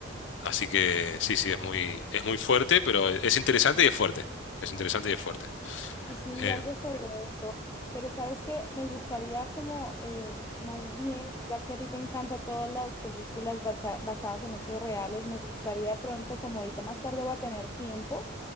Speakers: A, on the left; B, on the left.
A: Así que sí, sí, es muy, es muy fuerte, pero es interesante y es fuerte. Es interesante y es fuerte.
B: Y sí vi
A: Eh,
B: algo sobre eso, pero sabes que me gustaría como eh, más bien, ya que a ti te encantan todas las películas bacha- basadas en hechos reales, me gustaría de pronto, como ahorita más tarde voy a tener tiempo,